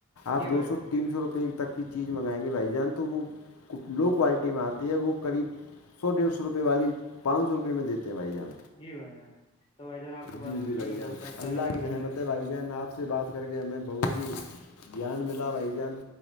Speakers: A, on the left; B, on the left.
A: آپ
B: جی بھائی
A: دو سو
B: جان
A: تین سو روپئے تک کی چیز منگائیں گے بھائی جان تو وہ کچھ لو کوالٹی میں آتے ہے وہ کبھیب سو ڈیڑھ سوپئےے والی پانچ سو روپئے میں دیتے ہیں بھائی جان
B: جی بھائی جان تو بھائی جان آپ سے
A: جی
B: بات کر
A: جی
B: کے
A: بھائی
B: ہمیں
A: جان
B: بہت اچھا
A: اللہ
B: لگا
A: کی
B: پھر
A: رحمت
B: مل
A: ہے بھائی جان آپ سے بات کر کے ہمیں بہت ہی جیان ملا بھائی جان